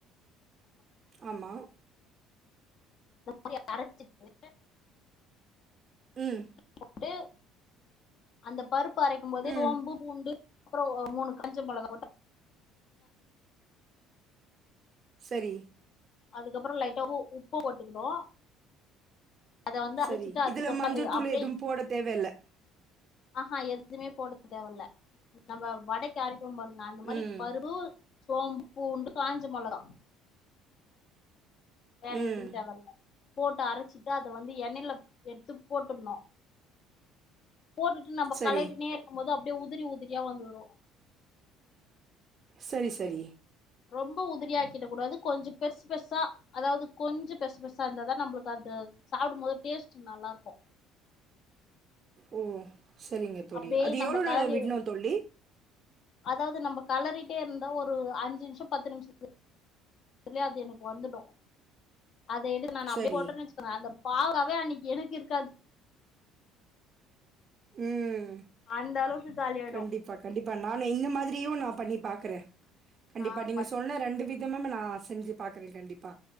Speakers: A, on the right; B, on the left.
A: ஆமா
B: அ அரைச்சிட்டு
A: ம்
B: கொண்டு அந்தப் பருப்பு அரைக்கும் போது
A: ம்.
B: சோம்பு பூண்டு அப்புறோ மூணு காஞ்ச மெளகா போட்டு
A: சரி
B: அதுக்கப்புறோ லைட்டா உப் உப்பு போட்டுக்கனு அத வந்து அரைச்சிட்டு
A: சரி.
B: அதுக்கப்புறோ
A: இதுல மஞ்சள்
B: அத
A: தூள்
B: அப்படியே
A: எதுவும் போட தேவையில்ல.
B: ஆ ஆ எதுமே போட தேவலே நம்ம வடைக்கு அரைப்போ பாருங்க அந்த மாரி
A: ம்.
B: பருப்பு சோம்பு பூண்டு காஞ்சி மொளகா வேற
A: ம்.
B: எதுமே தேவெல்ல போட்டு அரைச்சிட்டு அத வந்து எண்ணெயில எடுத்து போட்டுடணு போட்டுட்டு நம்ம
A: சரி.
B: கெளரினே இருக்கு போது அப்படியே உதிரி உதிரியா வந்துரு
A: சரி சரி
B: ரொம்போ உதிரியாக்கிட கூடாது கொஞ்சோ பெருசு பெருசா அதாவது கொஞ்சு பெருசு பெருசா இருந்தாதா நம்பளுக்கு அது சாப்பிடும் போது டேஸ்ட் நல்லா இருக்கு
A: ஓ சரிங்க தோழி
B: அப்படியே
A: அது
B: நம்ம
A: எவ்வளவு நேரோ
B: கலறி
A: விடுணு தோலி
B: அதாவது நம்ம கலறிட்டே இருந்தா ஒரு அஞ்சு நிமிஷோ பத்து நிமிஷோ சரியா அது எனக்கு வந்துடு அத எடுத்து நா அப்படியே
A: சரி.
B: போட்டேன்னு வெச்சுக்கோன்க அந்த பாவக்காவே அன்னைக்கு எனக்கு இருக்காது
A: ம்
B: அந்த அளவுக்கு காளியாயிடு
A: கண்டிப்பா, கண்டிப்பா நானு இந்த மாதிரியு நா பண்ணி பாக்குறே கண்டிப்பா
B: ஆ
A: நீங்க
B: பண்ணி
A: சொன்ன ரெண்டு வி இதுவுமே நா செஞ்சு பாக்குறே கண்டிப்பா